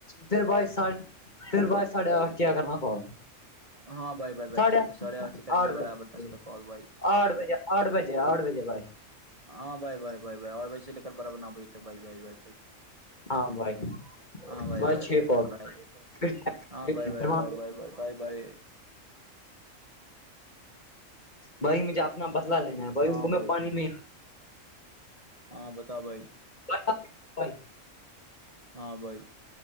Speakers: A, on the left; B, on the right.
A: پھر بائی پھر بائی ساھے آٹھ کیا کرنا کال
B: ہاں بھائی بھائی بھائی
A: ساڑھے
B: ٹھیک
A: آٹھ
B: ہے سڑے آڑھ سے کریں
A: آٹھ
B: گے برابر
A: بجے
B: دست کال بھائی
A: آٹھ بجے آٹھ بجے آٹھ بجے بھائی
B: ہاں بھائی بھائی بھائی بائی آڑھ بجے سے لیلکر برابر نو بجے تک بھائی بھائی بیٹھک
A: ہاں بھائی
B: ہاں بائی
A: بھائی
B: ب بائی
A: چھ کال
B: بائے بائے
A: پھر
B: ہاں بائی بائے بائے ب ب ب بائے
A: بائی مجھے اپنا بدلا لینا ہے بائی ان
B: ہاں
A: کو میں
B: بھائی
A: پانی میں
B: ہاں بتاؤ بھائی
A: بھائی
B: ہاں بھائی